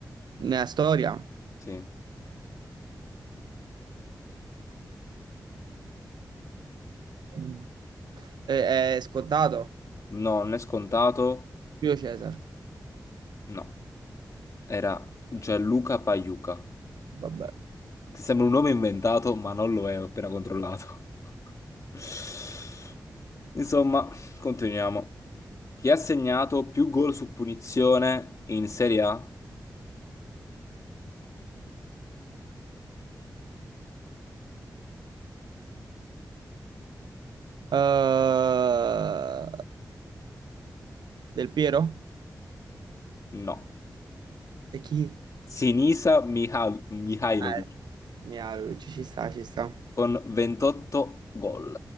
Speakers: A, on the right; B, on the left.
A: Nella storia
B: Sì.
A: Mm. è, è scontato.
B: No, non è scontato.
A: Più Cesar.
B: No. Era Gianluca Pagliuca.
A: Vabbè.
B: Che sembra un nome inventato, ma non lo è, ho appena controllato. <laughs> Insomma, continuiamo. Chi ha segnato più gol su punizione in Serie A?
A: Eh, Del Piero?
B: No.
A: E chi?
B: Sinisa Mihal- Mihailovic
A: Eh, Mihailovic, ci sta, ci sta.
B: con 28 gol.